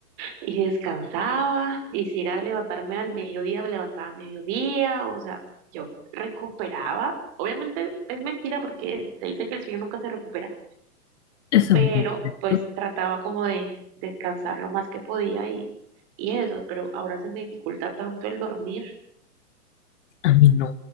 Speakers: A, on the right (about 35°); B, on the left (about 50°).
A: y descansaba, y si era de levantarme al mediodía, me levantaba a mediodía, o sea, yo recuperaba. Obviamente es mentira porque se dice que el sueño nunca se recupera,
B: eso
A: pero
B: es muy cierto.
A: pues trataba como de descansar lo más que podía y, y eso, pero ahora se me dificulta tanto el dormir.
B: A mí no.